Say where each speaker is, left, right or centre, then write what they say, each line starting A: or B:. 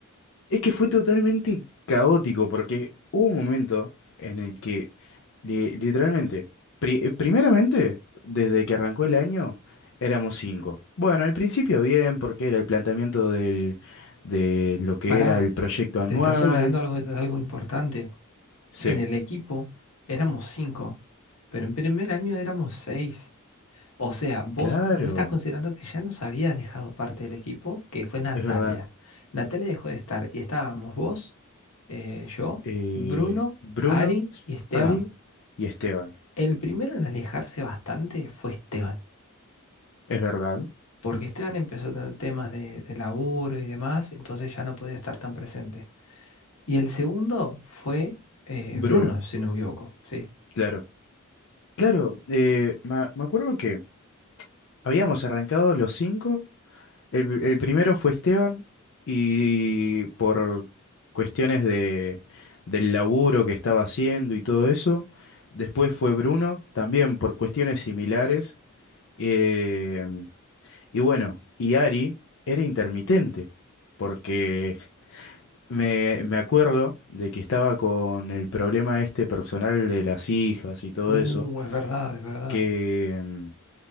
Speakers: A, on the left; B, on the left.
A: Es que fue totalmente caótico porque hubo un momento en el que li- literalmente, pri- eh, primeramente, desde que arrancó el año, éramos cinco. Bueno, al principio bien, porque era el planteamiento del, de lo que
B: Pará,
A: era el proyecto anual.
B: te estás olvidando algo, de algo importante.
A: Sí,
B: En el equipo éramos cinco, pero en primer año éramos seis. O sea, vos
A: claro,
B: no estás considerando que ya nos había dejado parte del equipo, que fue Natalia.
A: es verdad.
B: Natalia dejó de estar y estábamos vos, eh, yo,
A: Eh,
B: Bruno,
A: Bruno,
B: Ari
A: S-
B: y Esteban.
A: Ari y Esteban.
B: El primero en alejarse bastante fue Esteban.
A: Es verdad.
B: porque Esteban empezó a tener temas de, de laburo y demás, entonces ya no podía estar tan presente. Y el segundo fue eh,
A: Bruno,
B: Bruno, si no me equivoco, sí.
A: claro. Claro, eh, me me acuerdo que habíamos arrancado los cinco. El, el primero fue Esteban y por cuestiones de, del laburo que estaba haciendo y todo eso. Después fue Bruno, también por cuestiones similares. Eh, y bueno, y Ari era intermitente, porque me, me acuerdo de que estaba con el problema este personal de las hijas y todo
B: Uh,
A: eso,
B: es verdad, es verdad.
A: que